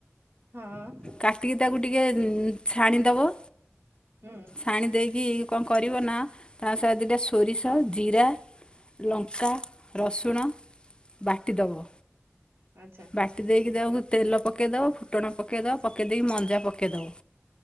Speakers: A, on the right; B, on the left.
A: ହଁ।
B: କାଟିକି ତାକୁ ଟିକେ ଛାଣିଦବ।
A: ହୁଁ।
B: ଛାଣି ଦେଇକି କଣ କରିବ ନା ତା ସହିତ ଦୁଇଟା ସୋରିଷ ଜିରା ଲଙ୍କା, ରସୁଣ ବାଟିଦବ।
A: ଆଚ୍ଛା।
B: ବାଟି ଦେଇକି ଦେହକୁ ତେଲ ପକେଇ ଦେବ ଫୁଟଣ ପକେଇଦବ ପକେଇ ଦେଇକି ମଞ୍ଜା ପକେଇ ଦେବ।